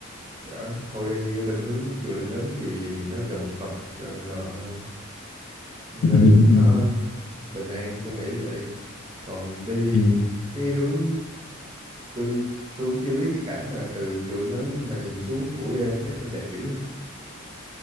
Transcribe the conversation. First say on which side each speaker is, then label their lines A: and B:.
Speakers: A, on the right; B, on the left.
A: ấn thôi đi bên hướng chùa Linh Ứng dù gì thì nó gần Phật gần đồ hơn nên
B: Ừ. Ừ. Ừ.
A: nó bình an tôi nghĩ vậy còn đi thì
B: ừ.
A: cái hướng tôi tôi cũng chưa biết cái cảnh mà từ chùa Linh Ứng mà nhìn xuống buổi đêm chắc nó đẹp dữ ha.